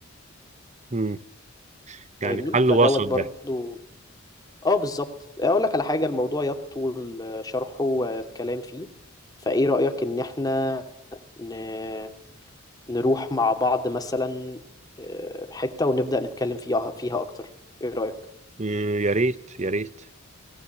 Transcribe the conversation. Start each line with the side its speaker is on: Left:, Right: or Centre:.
Right: مم. يعني
Left: فاهمني
Right: حل
Left: فدوت
Right: وسط
Left: برضو
Right: ده
Left: اه بالظبط أقول لك على حاجة الموضوع يطول آه، شرحه والكلام فيه فإيه رأيك إن إحنا ن- نروح مع بعض مثلا آه، حتة ونبدأ نتكلم فيها فيها أكتر إيه رأيك؟
Right: مم. يا ريت يا ريت